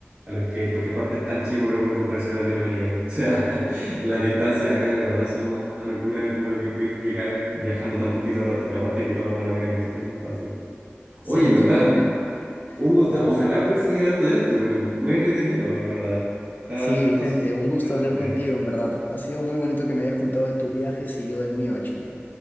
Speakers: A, on the right (about 40°); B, on the left (about 45°).
A: a los que, porque aparte es tan chico Europa en comparación a Latinoamérica. <laughs> O sea, las distancias acá de verdad son una locura como lo que puedes llegar viajando tan poquito rato. Y aparte que todo con avión, así que es más fácil.
B: Sí,
A: Oye, en verdad,
B: totalmente,
A: un gusto.
B: totalmente.
A: Ojalá poder seguir hablando de esto, pero muy entretenido, en verdad. Está,
B: Sí, Vicente,
A: está súper
B: un
A: interesante.
B: gusto hablar contigo, en verdad. Ha sido muy bonito que me hayas contado de tus viajes y yo del mío a Chile.